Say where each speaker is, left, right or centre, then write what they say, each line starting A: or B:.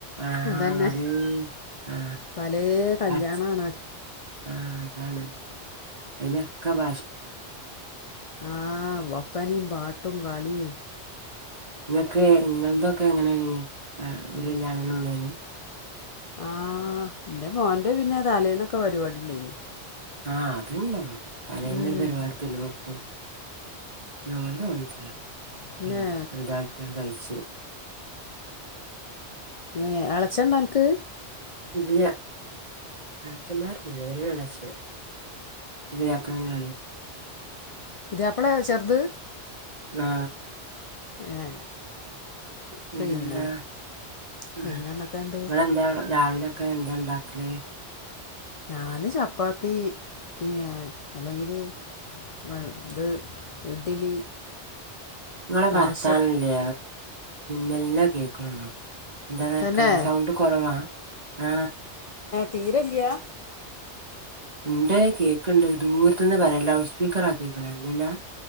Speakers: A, on the right; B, on the left.
A: ആ
B: അതന്നെ
A: വരെ ആ
B: പലേ കല്യാണാണ്
A: പച്ച
B: അ
A: ആ അതാണ് അതിനനൊക്കെ <unintelligible>
B: ആഹ് ഒപ്പനിയും പാട്ടും കളിയും
A: നിങ്ങക്ക് നിങ്ങള്തൊക്കെ എങ്ങനെയാണ് വരെ കല്യാണങ്ങളൊള്ളേന്
B: ആഹ് എന്റെ മോന്റെ പിന്നെ തലേന്നൊക്കെ പരിപാടി ഉണ്ടായിരുന്നു.
A: ആഹ് അതുണ്ടാവുംതലേന്നൊരു
B: ഉം
A: പരിപാടിപ്പൊല്ലോട്ത്തും നമ്മളതും <unintelligible>
B: പിന്നെ
A: എന്താല്ക്ക ഇ കഴിച്ചോ
B: ഏഹ് എളച്ചണ്ടോ അനക്ക്?
A: ഇല്ല, എളച്ചന്മാർ ഇല്ലാ <unintelligible> പുതിയാപ്പള <unintelligible>
B: പുതിയപ്പളെ ചെറുത്.
A: ആ
B: ഏ
A: പിന്നെന്താ
B: പിന്നെ
A: ഉം
B: പിന്നെന്തൊക്കെയുണ്ട്
A: നിങ്ങളെന്താ രാവിലെയൊക്കെ എന്താണ്ടാക്കല്?
B: ഞാന് ചപ്പാത്തി പിന്നെ അല്ലെങ്കില് വ ഇത് ഇഡ്ഡലി
A: നിങ്ങളെ
B: ദോശ
A: ഭർത്താവല്ലേ മെല്ല കേക്കണള്ളൂ. എന്താന്നെ
B: തന്നെ
A: ആരെകാരിയാ സൗണ്ട് കുറവ. ആ
B: തീരല്ലയാ
A: ഉണ്ട് കേക്കണ്ട് ദൂരത്തുന്ന് പറയാ ലൗഡ് സ്പീക്കറാക്കികണോ ഇല്ലല്ലോ.